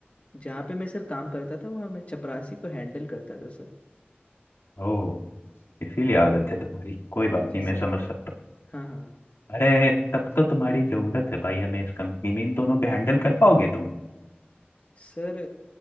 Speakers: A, on the left; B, on the left.
A: जहाँ पे मैं सर काम करता था वहाँ मैं चपरासी को हैंडल करता था सर
B: ओह इसीलिए आदत है तुम्हारी कोई बात नहीं
A: जी सर
B: मैं समझ सकता हूँ
A: हाँ हाँ
B: अरे तब तो तुम्हारी जरूरत है भाई हमें इस कंपनी में इन दोनों को हैंडल कर पाओगे तुम
A: सर